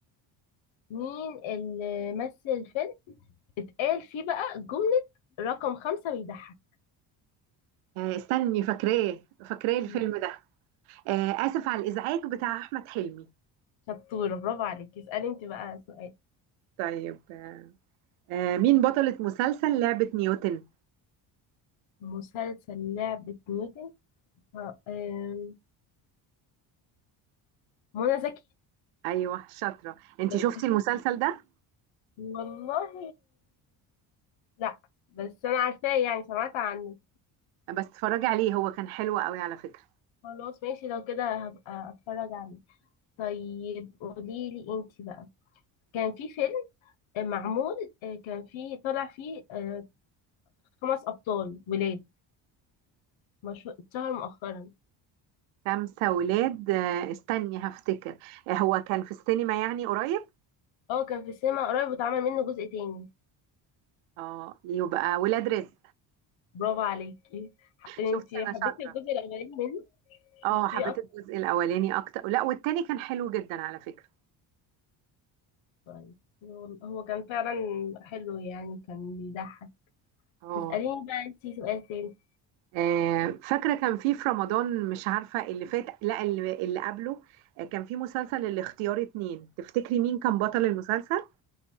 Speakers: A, on the left; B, on the right.
A: مين اللي مثل فيلم اتقال فيه بقى جملة رقم خمسة بيضحك
B: آه، استني فاكراه فاكراه الفيلم
A: مين؟
B: ده آه، اسف على الازعاج بتاع احمد حلمي
A: شطورة برافو عليك اسألي انت بقى سؤال
B: طيب آه، آه، مين بطلة مسلسل لعبة نيوتن
A: مسلسل لعبة نيوتن ه- إيه منى زكي
B: ايوه شاطره انت
A: <laughs>
B: شفتي المسلسل ده
A: والله لا بس انا عارفاه يعني سمعت عنه
B: بس اتفرجي عليه هو كان حلو قوي على فكره
A: خلاص ماشي لو كده هبقى اتفرج عليه طيب قوليلي انتي بقى كان في فيلم آه، معمول آه، كان فيه طلع فيه آه، خمس ابطال ولاد مشهور اتشهر مؤخرا
B: خمسه ولاد آه، استني هفتكر آه، هو كان في السينما يعني قريب
A: اه كان في السينما قريب واتعمل منه جزء تاني
B: اه يبقى ولاد رزق
A: برافو عليكي ح- انتي
B: شفتي انا
A: حبيتي
B: شاطره
A: الجزء الاولاني منه
B: اه
A: شفتيه
B: حبيت
A: اصلا
B: الجزء الاولاني اكتر لا والتاني كان حلو جدا على فكره
A: طيب هو هو كان فعلا حلو يعني كان بيضحك
B: اه
A: اسأليني بقى انتي سؤال تاني
B: آه، فاكرة كان في في رمضان مش عارفة اللي فات لا اللي, اللي قبله آه، كان في مسلسل الاختيار اتنين تفتكري مين كان بطل المسلسل؟